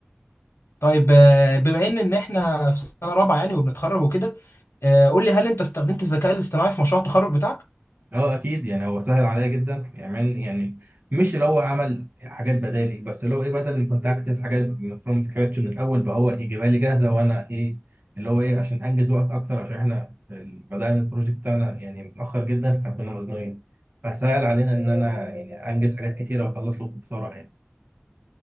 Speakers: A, on the left; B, on the right.
A: طيب آه، بما ان ان احنا في سنة رابعة يعني وبنتخرج وكده آه، قول لي هل انت استخدمت الذكاء الاصطناعي في مشروع التخرج بتاعك
B: اه اكيد يعني هو سهل عليا جدا يعني من- يعني مش اللي هو عمل حاجات بدالي بس اللي هو ايه بدل ما كنت اكتب حاجات من فروم سكراتش من الاول بقى هو يجيبها لي جاهزه وانا ايه اللي هو ايه عشان انجز وقت اكتر عشان احنا ال- بدانا البروجكت بتاعنا يعني متاخر جدا فكنا مزنوقين فسهل علينا ان انا يعني انجز حاجات كتيره واخلصه بسرعه يعني